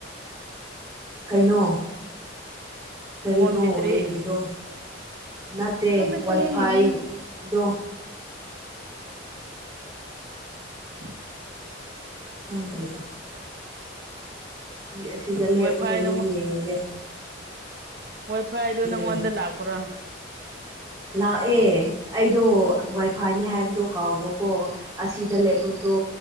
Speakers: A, on the right; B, on the right.
A: ꯀꯩꯅꯣ ꯀꯔꯤꯅꯣ
B: ꯐꯣꯟ ꯕꯦꯇ꯭ꯔꯤ
A: ꯌꯦꯡꯉꯤꯗꯣ ꯅꯠꯇꯦ
B: ꯈꯪꯗꯦ
A: ꯋꯥꯏꯐꯥꯏꯗꯣ
B: ꯄꯪꯌꯦꯡ ꯌꯦꯡꯕꯅꯦ <unintelligible>
A: ꯈꯪꯗ꯭ꯔꯔꯤꯗ ꯑꯁꯤꯗ ꯂꯦꯞꯄꯒ
B: ꯋꯥꯏ ꯐꯥꯏ
A: ꯌꯨꯝ ꯌꯦꯡꯉꯒꯦ
B: ꯍꯣꯏ ꯐꯩꯗ
A: ꯀꯔꯤ
B: ꯅꯪꯉꯣꯟꯗ ꯂꯥꯛꯄ꯭ꯔꯣ
A: ꯂꯥꯛꯑꯦ ꯑꯩꯗꯣ ꯋꯥꯏꯐꯥꯏꯅꯦ ꯍꯥꯏꯕꯗꯣ ꯀꯥꯎꯕꯀꯣ ꯑꯁꯤꯗ ꯂꯩꯕꯗꯣ